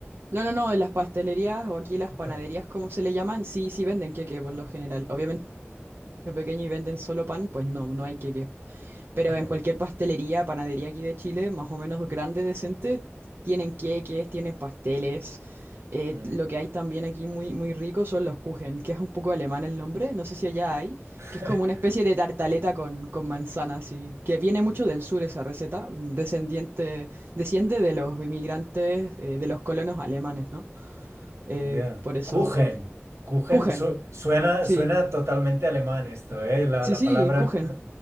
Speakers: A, on the right; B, on the right.
A: No, no, no, en las pastelerías o aquí las
B: Opa,
A: panaderías, cómo se le llaman, sí, sí venden queque por lo general. Obviamente, si es pequeño y venden solo pan, pues no, no hay queque. Pero
B: Ya.
A: en cualquier pastelería, panadería aquí de Chile, más o menos grande, decente, tienen queques, tienen pasteles. Eh,
B: Mm.
A: lo que hay también aquí muy, muy rico son los Kuchen, que es un poco alemán el nombre, no sé si allá hay,
B: <laughs>
A: que es como una especie de tartaleta con, con manzanas, y que viene mucho del sur esa receta, descendiente, desciende de los inmigrantes, eh, de los colonos alemanes, ¿no? Eh,
B: Yeah.
A: por eso.
B: Kuchen. Kuchen
A: Kuchen,
B: su- suena,
A: sí.
B: suena totalmente alemán esto, ¿eh? La,
A: Sí,
B: la
A: sí,
B: palabra,
A: Kuchen.